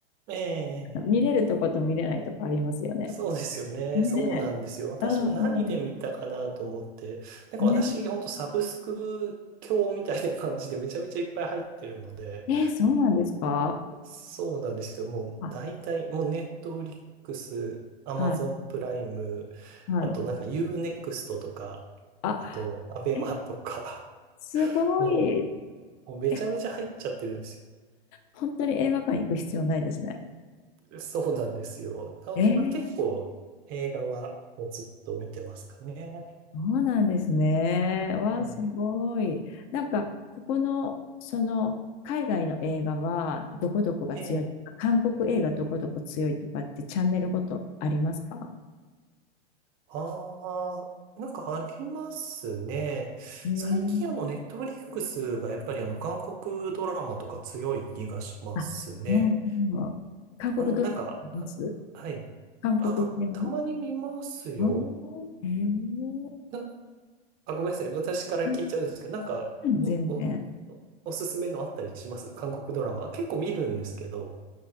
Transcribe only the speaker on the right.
ええ
そうですよね。
そうなんですよ。私も何で見たかなと思って、
なんか私が本当サブスク教みたいな感じでめちゃめちゃいっぱい入ってるので、
そうなんですよ。もう大体、
もうネットフリックス、アマゾンプライム、
あとなんか U-NEXT とか、
あとアベマとか、
もう、もうめちゃめちゃ入っちゃってるんです
よ。そうなんですよ。なので、
まあ結構映画はもうずっと見てますかね。
はい。
ええ
ああ、なんかありますね。
最近あの、ネットフリックスがやっぱりあの、韓国ドラマとか強い気がしますね。
あの、なんか、あはい。
あ、たまに見ますよ。
な、あ、ごめんなさい。私から聞いちゃうんですけど、
なんか、
お、お、おすすめのあったりします韓国ドラマ。結構見るんですけど。